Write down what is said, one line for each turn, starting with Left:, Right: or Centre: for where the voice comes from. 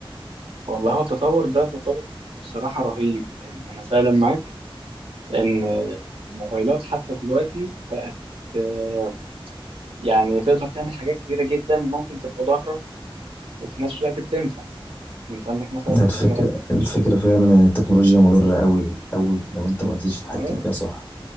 Right: والله هو التطور ده تطور بصراحه رهيب يعني انا فعلا معاك ان الموبايلات حتى دلوقتي بقت آه، يعني تقدر تعمل حاجات كتيرة جدا ممكن تبقى ضارة وفي نفس الوقت بتنفع يعني انت عندك مثلا الكاميرا
Left: الفكرة
Right: لما تبقى
Left: الفكرة فعلا إن التكنولوجيا مضرة أوي أوي لو أنت ما قدرتش تتحكم
Right: اه
Left: فيها صح